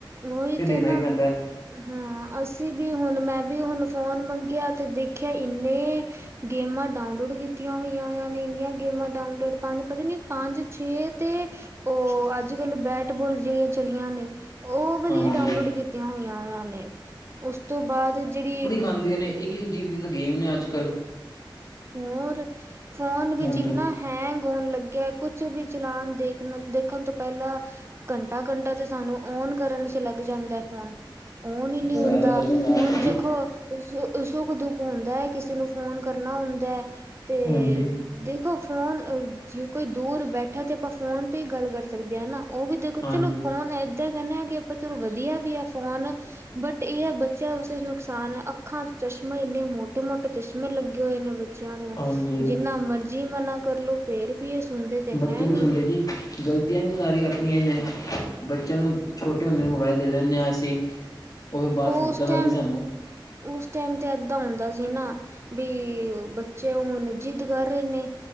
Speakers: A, on the right; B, on the left.
A: ਉਈ
B: ਫਿਰ
A: ਤੇ
B: ਦੇਣਾ
A: ਨਾ,
B: ਹੀ ਪੈਂਦਾ
A: ਹਾਂ ਅਸੀਂ ਵੀ ਹੁਨ ਮੈਂ ਵੀ ਹੁਨ ਫੋਨ ਮੰਗਿਆ ਤੇ ਦੇਖਿਆ ਇੰਨੇ ਗੇਮਾਂ ਡਾਊਨਲੋਡ ਕੀਤੀਆਂ ਹੋਈਆਂ ਕੀਤੀਆ ਹੋਇਆ ਨੇ ਇੰਨੀਆਂ ਗੇਮਾਂ ਡਾਊਨਲੋਡ ਪਾਂਦੇ ਪਤਾ ਨੀ ਪੰਜ ਛੇ ਤੇ ਉ ਅੱਜ ਕੱਲ ਬੈਟਬੋਲ ਜੇੜੀਆਂ ਚਲੀਆਂ ਨੇ ਉ ਵਾਲੀ
B: ਹਾਂਜੀ
A: ਡਾਊਨਲੋਡ ਕੀਤੀਆਂ ਹੋਈਆਂ ਉਨਾਂ ਨੇ, ਉਸ ਤੋਂ ਬਾਦ ਜੇੜੀ
B: ਆਂਦੀਆਂ ਨੇ ਏਕ-ਏਕ ਜੀਵੀ ਦੀ ਤਾਂ ਗੇਮ ਨੇ ਅੱਜ ਕੱਲ੍ਹ।
A: ਹੋਰ ਫੋਨ ਵਿੱਚ
B: ਹਾਂਜੀ
A: ਇੰਨਾ ਹੈਂਗ ਹੋਨ ਲੱਗਿਆ ਕੁਛ ਵੀ ਚਲਾਨ ਦੇਖਨ ਦੇਖਨ ਤੋਂ ਪਹਿਲਾਂ ਘੰਟਾ ਘੰਟਾ ਤੇ ਸਾਨੂੰ ਓਨ ਕਰਨ ਚ ਲੱਗ ਜਾਂਦਾ ਫੋਨ। ੳਨ ਈ ਨੀ ਹੁੰਦਾ
B: ਸਾਰਾ ਤਾਂ ਬੁਰਾ ਹਾਲ
A: ਹੁਨ ਦੇਖੋ
B: ਹੈ ਜੀ
A: ਸੁ ਸੁੱਖ ਦੁੱਖ ਹੁੰਦਾ ਕਿਸੇ ਨੂੰ ਫੋਨ ਕਰਨਾ ਹੁੰਦਾ ਤੇ
B: ਹਾਂਜੀ
A: ਦੇਖੋ ਫੋਨ ਜੇ ਕੋਈ ਦੂਰ ਬੈਠਾ ਤੇ ਅਪਾਂ ਫੋਨ ਤੇ ਈ ਗੱਲ ਕਰ ਸਕਦੇ ਆ ਨਾ। ਉਹ ਵੀ ਦੇਖੋ
B: ਹਾਂਜੀ
A: ਚਲੋ ਫ਼ੋਨ ਏਦਾਂ ਕਹਿੰਨੇ ਆ ਕਿ ਆਪਾਂ ਚਲੋ ਵਧੀਆ ਵੀ ਆ ਫੋਨ ਬਟ ਇਹ ਹੈ ਬੱਚੇਆਂ ਵਾਸਤੇ ਨੁਕਸਾਨ ਹੈ ਅੱਖਾਂ ਚ ਚਸ਼ਮਾ ਇੰਨੇ ਮੋਟੇ ਮੋਟੇ ਚਸ਼ਮੇ ਲੱਗੇ ਹੋਏ ਨੇ। ਬੱਚੇਆਂ ਨੂੰ
B: ਹਾਂਜੀ
A: ਜਿੰਨਾ ਮਰਜ਼ੀ ਮਨਾ ਕਰ ਲੋ ਫੇਰ ਵੀ ਇਹ ਸੁਨਦੇ ਤੇ
B: ਬੱਚੇ
A: ਹੈ
B: ਨਹੀਂ
A: ਨੀ।
B: ਸੁਣਦੇ ਜੀ ਗਲਤੀਆਂ ਵੀ ਸਾਰੀ ਆਪਣੀਆਂ ਨੇ ਬੱਚਿਆਂ ਨੂੰ ਛੋਟੇ ਹੁੰਦੇ ਮੋਬਾਇਲ ਦੇ ਦੇਨੇ ਆ ਅਸੀਂ। ਫਿਰ ਬਾਅਦ
A: ਉਹ
B: 'ਚ ਦਿੱਕਤ
A: ਉਸ ਟਾਈਮ
B: ਆਉਂਦੀ ਸਾਨੂੰ
A: ਉਸ ਟਾਈਮ ਤੇ ਏਦਾ ਹੁੰਦਾ ਸੀ ਨਾ ਬੀ ਬੱਚੇ ਹੁਨ ਜਿੱਦ ਕਰ ਰਏ ਨੇ